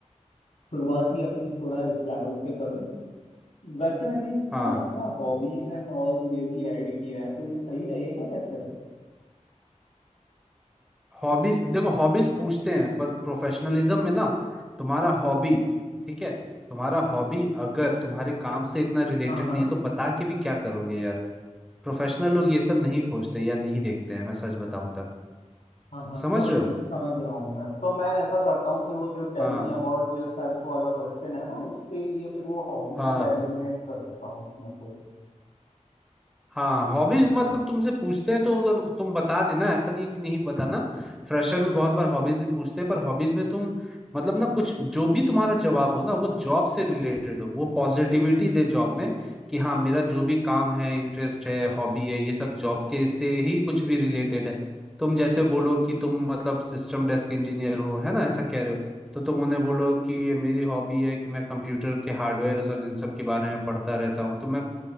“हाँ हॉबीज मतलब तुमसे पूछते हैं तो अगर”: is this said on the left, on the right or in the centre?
Centre